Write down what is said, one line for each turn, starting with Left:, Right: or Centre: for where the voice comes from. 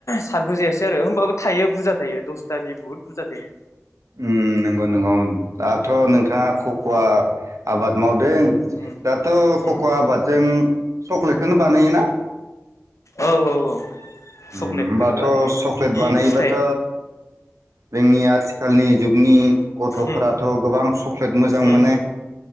Left: सारबोजायासै आरो होमबाबो थाइयो बुरजा थाइयो दसथानि बुहुत बुरजा थाइयो।
Right: ओम नोंगौ नोंगौ ओम आथ दाथ' नोंथाङा
Left: उम
Right: खख'वा आबाद मावदों
Left: उम
Right: दाथ'
Left: उम
Right: खख'वा
Left: उम
Right: आबादजों चक्लेटखौनो बानायोना?
Left: औ औ औ। चक्लेटखौनो
Right: ओम होमबाथ'
Left: बानायो
Right: सक्लेट
Left: इनि
Right: बानायबाथ'
Left: फिथाइ
Right: जोंनि आथिखालनि जुग नि गथ'फोराथ'
Left: उम
Right: गोबां सक्लेट मोजां
Left: उम
Right: मोनो